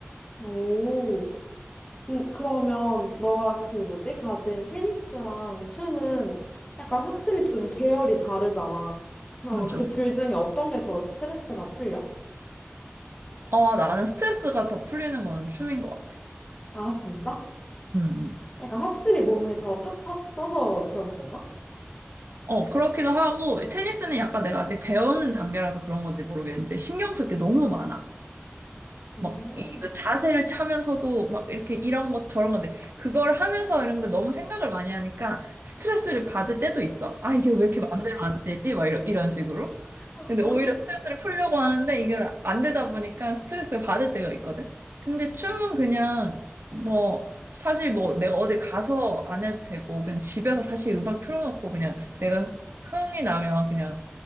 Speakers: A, on the left; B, on the right.
A: 오. 음, 그러면 너가 그 뭐지? 가진 테니스랑 춤은 약간 확실히 좀 계열이 다르잖아. 그러면
B: 맞아.
A: 그 둘 중에 어떤 게 더 스트레스가 풀려?
B: 어, 나는 스트레스가 더 풀리는 거는 춤인 것 같아.
A: 아, 진짜?
B: 음, 음.
A: 약간 확실히 몸을 더 팍팍 써서 그런 건가?
B: 어, 그렇기도 하고, 테니스는 약간 내가 아직 배우는 단계라서 그런 건지 모르겠는데, 신경 쓸 게 너무 많아.
A: 음.
B: 막, 이 그 자세를 차면서도, 막, 이렇게 이런 것, 저런 것, 그걸 하면서 이런 거 너무 생각을 많이 하니까, 스트레스를 받을 때도 있어. 아, 이게 왜 이렇게 마음대로 안 되지? 막, 이런, 이런 식으로.
A: <laughs>
B: 근데 오히려 스트레스를 풀려고 하는데 이게 안 되다 보니까 스트레스를 받을 때가 있거든. 근데 춤은 그냥 뭐 사실 뭐 내가 어딜 가서 안 해도 되고 그냥 집에서 사실 음악 틀어놓고 그냥 내가 흥이 나면 그냥